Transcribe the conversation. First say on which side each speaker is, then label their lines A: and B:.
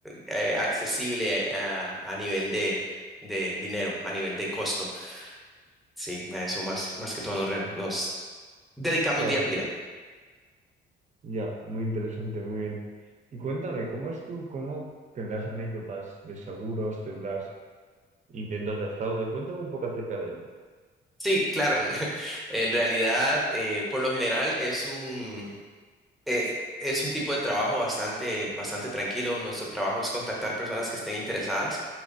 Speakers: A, in the centre; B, on the right (about 35°).
A: eh, accesible a, a nivel de, de dinero, a nivel de costo. Sí, a eso más, más que todo nos, re- nos dedicamos
B: Claro,
A: día con día.
B: ya, muy interesante, muy bien. Y cuéntame, ¿cómo es tú? ¿Cómo tendrás anécdotas de seguros? ¿Tendrás intentos de fraude? Cuéntame un poco acerca de ello.
A: Sí, claro. <laughs> En realidad, eh, por lo general es un, eh, es un tipo de trabajo bastante, bastante tranquilo. Nuestro trabajo es contactar personas que estén interesadas